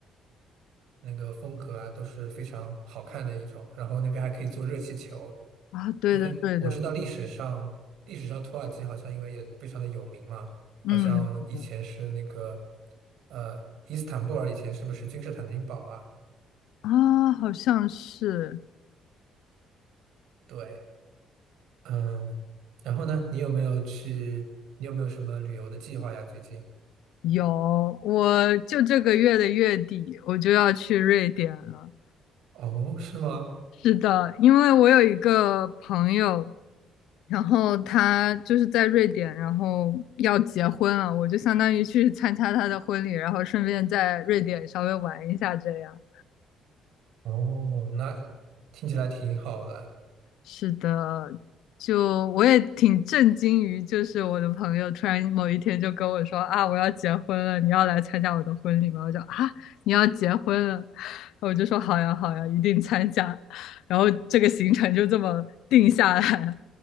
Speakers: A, on the right (about 75°); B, on the left (about 85°).
A: 那个风格啊，都是非常好看的一种。然后那边还可以做热气球，
B: 啊，对的对的，
A: 因为我知道历史上历史上土耳其好像因为也非常的有名嘛，
B: 嗯，
A: 好像以前是那个
B: 是的
A: 呃伊斯坦布尔以前是不是君士坦丁堡啊？
B: 啊，好像是。
A: 对，嗯，然后呢，你有没有去？你有没有什么旅游的计划呀？最近？
B: 有，我就这个月的月底我就要去瑞典了。
A: 哦，是吗？
B: 是的，因为我有一个朋友，然后他就是在瑞典，然后要结婚了，我就相当于去参加他的婚礼，然后顺便在瑞典稍微玩一下这样。
A: 哦，那听起来挺好的。
B: 是的，就我也挺震惊于，就是我的朋友突然某一天就跟我说啊，我要结婚了，你要来参加我的婚礼吗？我就啊，你要结婚了，我就说好呀好呀，一定参加。然后这个行程就这么定下来了